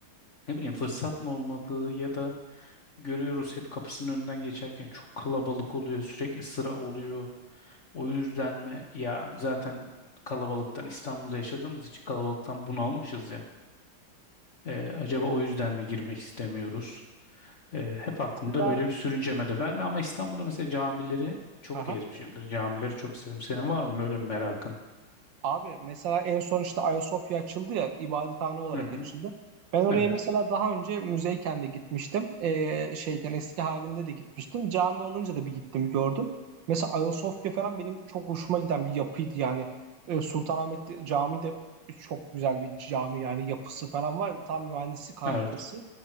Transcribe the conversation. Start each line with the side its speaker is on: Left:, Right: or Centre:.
Left: ne bileyim fırsat mı olmadığı ya da görüyoruz hep kapısının önünden geçerken çok kalabalık oluyor, sürekli sıra oluyor. O yüzden mi ya zaten kalabalıktan İstanbul'da yaşadığımız için kalabalıktan bunalmışız ya. Ee, acaba o yüzden mi girmek istemiyoruz? Ee, hep aklımda
Right: Mesela
Left: böyle bir sürünceme de ben ama İstanbul'da mesela camileri çok
Right: Aha.
Left: gezmişimdir. Camileri çok seviyorum. Senin var mı böyle bir merakın?
Right: Abi mesela en son işte Ayasofya açıldı ya ibadethane olarak
Left: Hı hı.
Right: açıldı. Ben oraya
Left: Evet.
Right: mesela daha önce müzeyken de gitmiştim. Ee, şeyken eski halinde de gitmiştim. Cami olunca da bir gittim gördüm. Mesela Ayasofya falan benim çok hoşuma giden bir yapıydı yani. Ee, Sultanahmet Camii de çok güzel bir cami yani yapısı falan var. Tam mühendislik harikası.
Left: Evet.